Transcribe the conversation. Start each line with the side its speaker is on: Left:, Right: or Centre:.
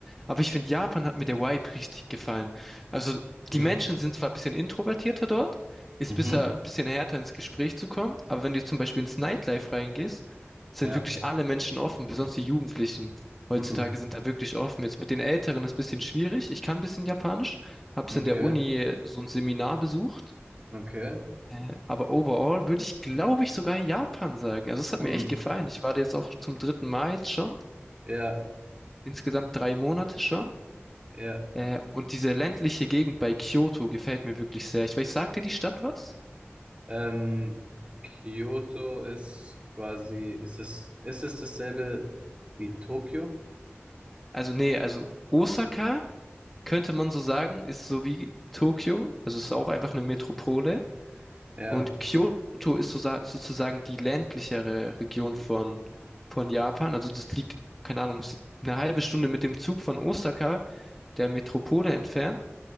Centre: Aber ich finde, Japan hat mir der Vibe richtig gefallen. Also
Right: Mhm.
Centre: die Menschen sind zwar ein bisschen introvertierter dort, ist
Right: Mhm.
Centre: bisher ein bisschen härter ins Gespräch zu kommen, aber wenn du zum Beispiel ins Nightlife reingehst, sind
Right: Ja.
Centre: wirklich alle Menschen offen, besonders die Jugendlichen. Heutzutage
Right: Mhm.
Centre: sind da wirklich offen. Jetzt mit den Älteren ist ein bisschen schwierig. Ich kann ein bisschen Japanisch, hab's
Right: Okay.
Centre: in der Uni so ein Seminar besucht.
Right: Okay.
Centre: Äh, Aber overall würde ich, glaube ich, sogar Japan sagen. Also es hat
Right: Mhm.
Centre: mir echt gefallen. Ich war da jetzt auch zum dritten Mal jetzt schon
Right: Ja.
Centre: insgesamt drei Monate schon.
Right: Ja.
Centre: Äh, und diese ländliche Gegend bei Kyoto gefällt mir wirklich sehr. Ich weiß, sagt dir die Stadt was?
Right: Ähm, Kyoto ist quasi, ist es, ist es dasselbe wie Tokio?
Centre: Also nee, also Osaka könnte man so sagen, ist so wie Tokio, also es ist auch einfach eine Metropole.
Right: Ja.
Centre: Und Kyoto ist so, sozusagen die ländlichere Region von, von Japan. Also das liegt, keine Ahnung, s- eine halbe Stunde mit dem Zug von Osaka, der Metropole entfernt.